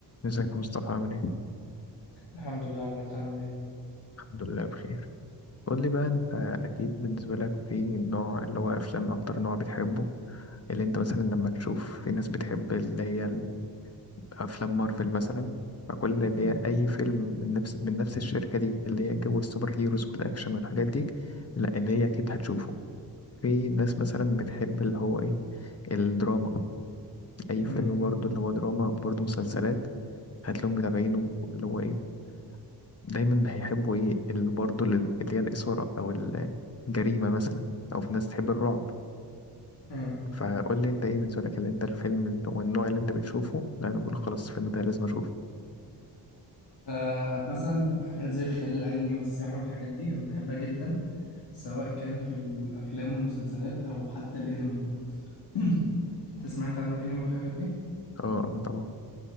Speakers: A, on the left (about 35°); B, on the left (about 70°).
A: ازيك يا مصطفى عامل ايه؟
B: الحمد لله يا عمرو انت عامل ايه
A: الحمد لله بخير قول لي بقى انت اكيد بالنسبة لك في نوع اللي هو افلام اكتر نوع بتحبه اللي انت مثلا لما تشوف في ناس بتحب اللي هي افلام مارفل مثلا فكل اللي
B: مم.
A: هي اي فيلم من نفس من نفس الشركة دي اللي هي جو السوبر هيروز والاكشن والحاجات دي لا اللي هي اكيد هتشوفه في ناس مثلا بتحب اللي هو ايه الدراما اي
B: مم.
A: فيلم برضو اللي هو دراما برضو مسلسلات هتلاقيهم متابعينه اللي هو ايه دايما هيحبوا ايه اللي برضه اللي اللي هي الإثارة أو الجريمة مثلا أو في ناس تحب الرعب
B: مم.
A: فقول لي انت ايه بالنسبة لك اللي انت الفيلم اللي هو النوع اللي انت بتشوفه لا انا بقول خلاص الفيلم ده لازم اشوفه
B: آه مثلا حاجات زي الخيال العلمي والسحر والحاجات دي أنا بحبها جدا سواء كان في الأفلام والمسلسلات أو حتى الأنمي <clears throat> تسمع أنت عن الأنمي والحاجات دي؟
A: اه اه طبعا